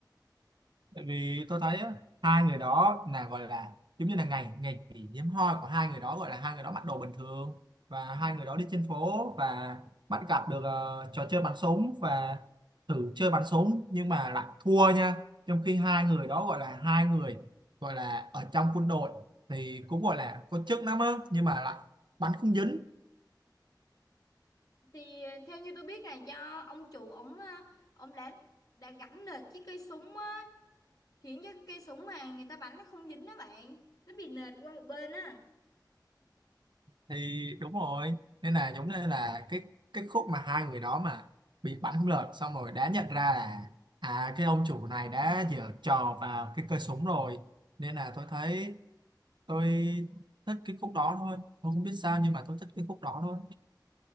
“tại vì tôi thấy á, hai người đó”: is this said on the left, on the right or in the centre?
Right